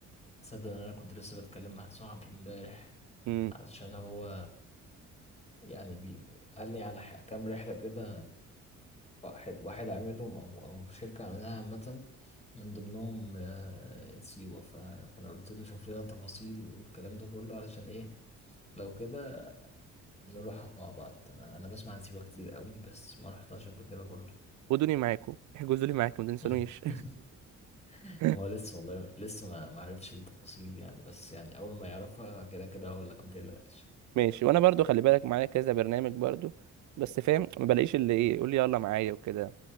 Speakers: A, on the left; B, on the right.
A: تصدق ان انا كنت لسه بتكلم مع صاحبي امبارح
B: امم
A: علشان هو يعني بي... قال لي على ح- كام رحله كده واحد واحد عاملهم او او شركه عاملاها عامه من ضمنهم آه، سيوه ف... فانا قلت له شوف لنا تفاصيل والكلام ده كله علشان ايه لو كده نروحها مع بعض انا انا بسمع عن سيوه كتير قوي بس ما رحتهاش قبل كده برضه
B: خدوني معاكم احجزوا لي معاكم ما تنسونيش
A: <laughs>
B: <laughs>
A: ما هو لسه والله لسه ما ما عرفش التفاصيل يعني بس يعني اول ما يعرفها كده كده هقول لك ما تقلقش
B: ماشي وانا برضو خلي بالك معايا كذا برنامج برضو بس فاهم ما بلاقيش اللي ايه يقول لي يلا معايا وكده